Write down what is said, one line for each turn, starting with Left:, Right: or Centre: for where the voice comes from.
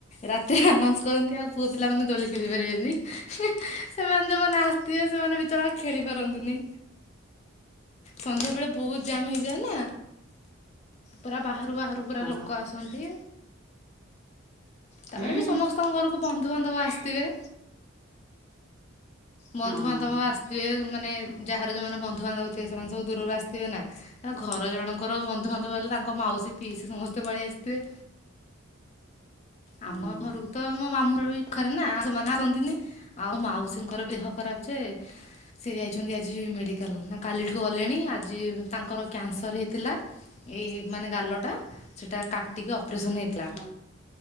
Left: ରାତିରେ ଆନାଉନ୍ସ କରନ୍ତି, ଆଉ ପୁଅ ପିଲାମାନେ ଦୋଳି ଖେଳି ପାରିବେନି। ସେମାନେ ଯୋଉମାନେ ଆସ ଥିବେ ସେମାନେ ବିଚରା ଖେଳି ପାରନ୍ତିନି। ସନ୍ଧ୍ୟାବେେଳେ ବହୁତ ଜାମ୍ ହେଇଯାଏ ନା। ପୁରା ବାହାରୁ, ବାହାରୁ ପୁରା
Right: ହଁ
Left: ଲୋକ ଆସନ୍ତି। ତାପରେ
Right: ହୁଁ
Left: ବି, ସମସ୍ତଙ୍କ ଘରକୁ ବନ୍ଧୁବାନ୍ଧବ ଆସିଥିବେ। ବନ୍ଧୁବାନ୍ଧବ
Right: ହଁ
Left: ଆସିଥିବେ। ମାନେ ଯାହାର ଯୋଉମାନେ ବନ୍ଧୁବାନ୍ଧବ ଥିବେ, ସେମାନେ ସବୁ ଦୂରରୁ ଆସିଥିବେ ନା। ଆ ଘର ଜଣଙ୍କର ବନ୍ଧୁବାନ୍ଧବ ହେଲେ। ତାଙ୍କ ମାଉସୀ ପିଇସି, ସମସ୍ତେ ପଳେଇ ଆସିଥିବେ।
Right: ହୁଁ
Left: ଆମ ଘରକୁ ତ ମୋ ମାମୁଁଘରବି ପାଖେରେ ନା, ସେମାନେ ଆସନ୍ତିନି। ଆଉ ମାଉସୀଙ୍କର ଦେହ ଖରାପ ଯେ, ସେ ଯାଇଛନ୍ତି ଆଜି ମେଡ଼ିକାଲ ନା କାଲିଠୁ ଗଲେଣି। ଆଜି ତାଙ୍କର କ୍ୟାନସର ହେଇଥିଲା। ଏଇ, ମାନେ ଗାଲ ଟା। ସେଟା କା ଟିକେ ଅପରେସନ୍ ହେଇଥିଲା।
Right: ଓ